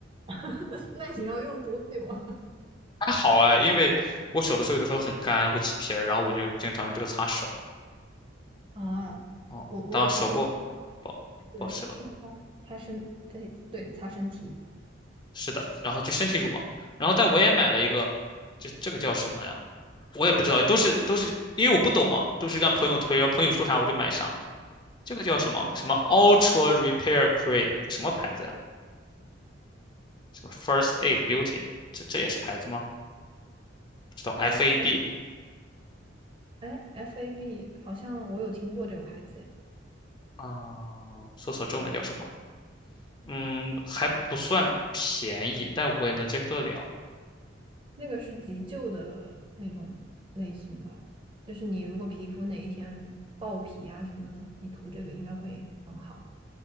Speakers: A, on the right (about 25°); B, on the left (about 25°).
A: <laughs> 那你要用多久啊？
B: <laughs> 还好哎，因为我手的时候有的时候很干，会起皮儿，然后我就经常用这个擦手。
A: 啊，
B: 哦，
A: 我我有时候会
B: 当手部保保湿了。
A: 对用它擦身，对对擦身体。
B: 是的，然后就身体乳嘛，然后但我也买了一个，这这个叫什么呀？我也不知道，都是都是因为我不懂嘛，都是让朋友推，然后朋友说啥我就买啥。这个叫什么什么 Ultra Repair Cream，这什么牌子呀？什么 First Aid Beauty，这这也是牌子吗？不知道 FAB
A: First，哎，FAB 好像我有听过这个牌子，哎。
B: 啊，搜索中文叫什么？嗯，还不算便宜，但我也能接受得了。
A: 那个是急救的那种类型吧，就是你如果皮肤哪一天爆皮啊什么的，你涂这个应该会很好。